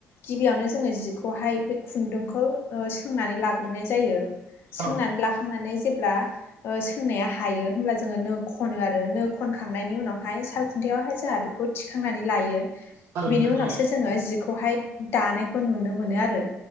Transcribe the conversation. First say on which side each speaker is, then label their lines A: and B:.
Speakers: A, on the left; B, on the right.
A: गिबियावनो जोंङो जिखौहाय खुन्दुंखौ सोंनानै लाग्रोनाय जायो सोंनानै
B: औ
A: लाखांनानै जेब्ला ओ सोंनाया हायो होनब्ला जोङो नो खनो आरो नो खनखांनायनि उनावहाय सालखुन्थायावहाय जोंहा बे खौ थिखांनानै लायो
B: औ नोंथां
A: बेनि उनावसो
B: औ
A: जोङो जिखौहाय दानायखौ नुनो मोनो आरो